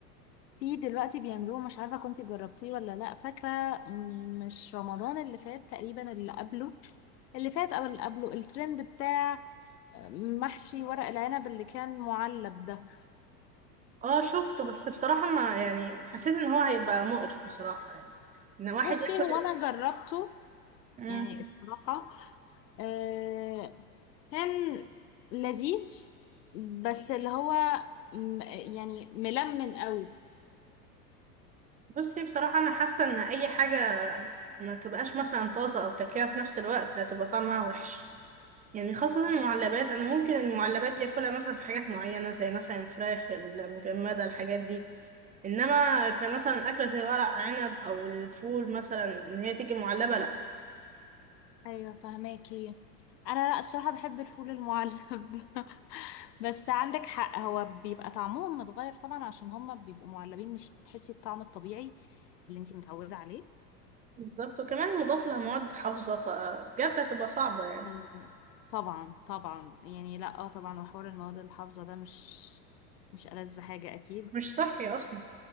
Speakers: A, on the left; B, on the right.
A: في دلوقتي بيعملوه مش عارفة كنت جربتيه ولا لا فاكرة م- مش رمضان اللي فات تقريبا اللي قبله اللي فات او اللي قبله الترند بتاع محشي ورق العنب اللي كان معلب ده
B: اه شفته بس بصراحة ما يعني حسيت ان هو هيبقى مقرف بصراحة يعني ان واحد
A: بصي
B: ياكل
A: هو انا جربته
B: مم.
A: يعني الصراحة آه كان لذيذ بس اللي هو م- يعني ملمن قوي
B: بصي بصراحة انا حاسة ان اي حاجة ما تبقاش مثلا طازة او تاكلها في نفس الوقت هتبقى طعمها وحش يعني خاصة المعلبات انا ممكن المعلبات دي اكلها مثلا في حاجات معينة زي مثلا الفراخ المجمدة الحاجات دي انما كمثلا اكلة زي ورق عنب او الفول مثلا ان هي تيجي معلبة لا
A: ايوه فهماكي انا لا الصراحه بحب الفول المعلب <laughs> بس عندك حق هو بيبقى طعمهم متغير طبعا عشان هما بيبقوا معلبين مش بتحسي الطعم الطبيعي اللي انتي متعوده عليه
B: بالظبط وكمان مضاف لها مواد حافظة فبجد هتبقى صعبة يعني
A: أه، طبعا طبعا يعني لا اه طبعا وحوار المواد الحافظه ده مش مش ألذ حاجه اكيد
B: مش صحي اصلا